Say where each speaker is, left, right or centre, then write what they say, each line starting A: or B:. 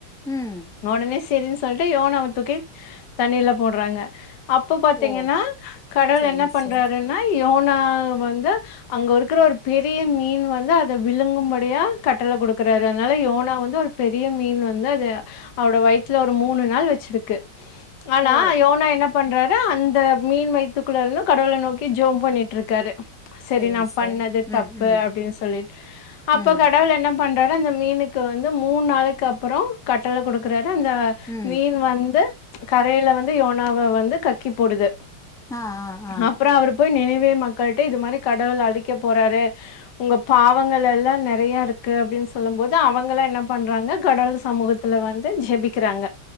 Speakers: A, in the centre; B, on the left.
A: உம்
B: ஒடனே சேரின்னு சொல்லிட்டு யோனாவ தூக்கி தண்ணீர்ல போட்றாங்க அப்போ பாத்தீங்கன்னா
A: ஓ
B: கடவுள்
A: சரிங்க
B: என்ன பண்றாருன்னா
A: சிஸ்டர்
B: யோனா வந் து அங்க இருக்குற ஒரு பெரிய மீன் வந்து அத விழுங்கும்படியா கட்டள குடுக்குறாரு அதனால யோனா வந்து ஒரு பெரிய மீன் வந்து அது அவோட வயித்துல ஒரு மூணு நாள் வச்சிருக்கு ஆனா
A: ஓ
B: யோனா என்னப் பண்றாரு அந்த மீன் வயித்துக்குள்ள இருந்து கடவுள நோக்கி ஜோம் பண்ணிட்ருக்காரு சரி
A: சரிங்க
B: நா
A: சிஸ்டர்
B: பண்ணது தப்பு
A: ம் ம்
B: அப்டின் சொல்லி அப்ப
A: ம்
B: கடவுள் என்ன பண்றாரு அந்த மீனுக் கு வந்து மூண் நாளைக்கு அப்பற கட்டள குடுக்குறாரு அந்த
A: ம்
B: மீன் வந்து கரையில வந்து யோனாவ வந்து கக்கி போடுது
A: ஆ ஆ ஆ
B: அப்பற அவரு போய் நினைவே மக்கள்ட்ட இது மாரி கடவுள் அழிக்க போறாரு உங்க பாவங்கள் எல்லா நெறையாருக்கு அப்டின் சொல்லும் போது அவங்களா என்ன பண்றாங்க கடல் சமூக த்துல வந்து ஜெபிக்கிறாங்க